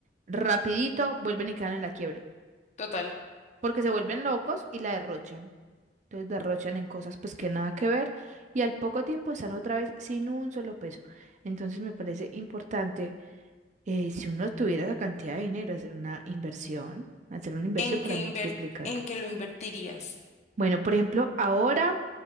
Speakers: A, on the right (about 40°); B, on the left (about 40°).
A: rapidito vuelven y quedan en la quiebra,
B: Total.
A: porque se vuelven locos y la derrochan. Entonces derrochan en cosas pues que nada que ver y al poco tiempo están otra vez sin un solo peso. Entonces me parece importante eh, si uno tuviera esa cantidad de dinero hacer una inversión, hacer una inversión
B: ¿En qué
A: para multiplicar.
B: inver- en qué lo invertirías?
A: Bueno, por ejemplo, ahora